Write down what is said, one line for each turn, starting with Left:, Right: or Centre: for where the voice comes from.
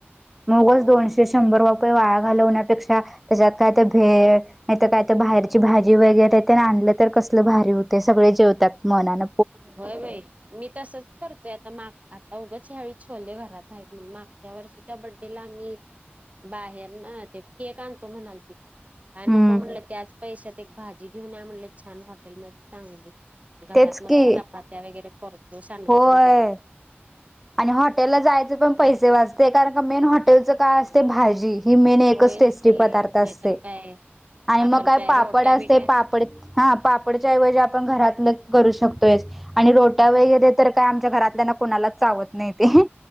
Centre: ट
Right: होय.
Centre: शंभर रुपये वाळा घालवण्यापेक्षा त्याच्यात काय तर भे नाही तर काय तर बाहेरची भाजी वगैरे ते आणलं तर कसलं भारी होते. सगळे जेवतात मनान.
Right: भय बाई. मी तसच करतोय आता माग आता उगच ह्याळी छोले घरात आहेतण मागच्या वर्षी. च्या बड्डेला आम्ही बाहेर ते केक आणतो. म्हणाल तिथ. काय
Centre: हम्म
Right: नको म्हणलं त्याच पैशात एक भाजी घेऊन या म्हणले छान हॉटेल मध चांगली घरात.
Centre: तेच की
Right: चपात्या वगैरे करतो. सांडगं
Centre: होय.
Right: बिणग.
Centre: आणि हॉटेलला जायचे पण पैसे वाचते. कारण का मेन हॉटेलचं काय असते भाजी. ही मेन एकच
Right: होयच
Centre: टेस्टी
Right: की
Centre: पदार्थ असते.
Right: नाहीतर काय
Centre: आणि
Right: आपण
Centre: मग काय पापड
Right: रोट्या
Centre: असते
Right: बिट्या
Centre: पापड. हा पापडच्या ऐवजी आपण घरातलं करू शकतोय.. आणि रोट्या वगैरे तर काय आमच्या घरातल्या ना कोणाला चावत नाही. ते.